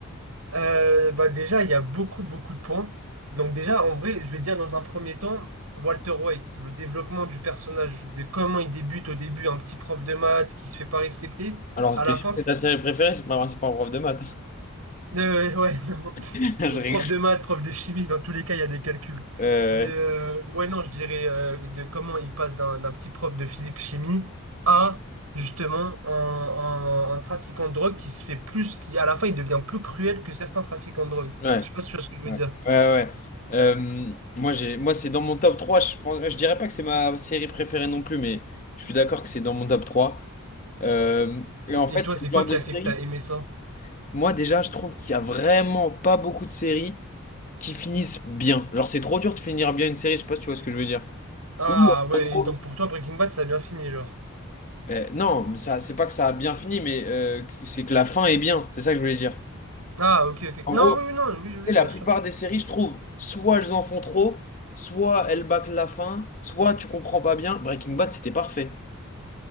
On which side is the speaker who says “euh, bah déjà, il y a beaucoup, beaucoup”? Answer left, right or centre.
Right